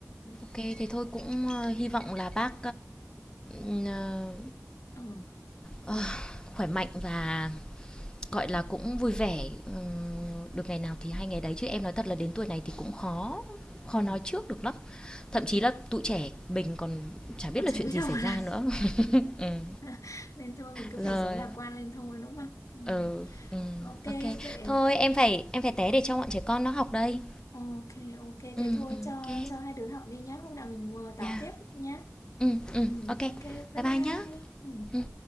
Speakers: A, on the left (about 85°); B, on the left (about 15°).
A: Ừ.
B: thế thôi cũng, ơ, hy vọng là bác, ừm, ờ,
A: Ờ,
B: ờ, khỏe mạnh và Gọi là cũng vui vẻ, được ngày nào thì hay ngày đấy chứ em nói thật là đến tuổi này thì cũng khó khó
A: ừ.
B: nói trước được lắm.
A: cũng
B: Thậm chí
A: chả
B: là tụi trẻ mình còn chả biết
A: còn
B: là
A: chả
B: chuyện
A: biết
B: gì
A: đâu
B: xảy
A: mà
B: ra
A: làm
B: nữa. <laughs> Ừm,
A: <laughs> nên thôi mình cứ
B: rồi,
A: phải sống lạc quan lên thôi đúng không ừ.
B: ừ, ừm,
A: Ok
B: OK.
A: vậy
B: Thôi em phải em phải té để cho bọn trẻ con nó học đây.
A: Ờ, Ok, ok,
B: Ừm,
A: thế thôi
B: ừm,
A: cho
B: OK.
A: cho hai đứa học đi nhá. Hôm nào mình ờ, tám
B: Yeah.
A: tiếp nhá.
B: Ừm, ừm,
A: Ừ,
B: OK.
A: ok, bye
B: Bye
A: bye.
B: bye nhá.
A: Ừ.
B: Ừm.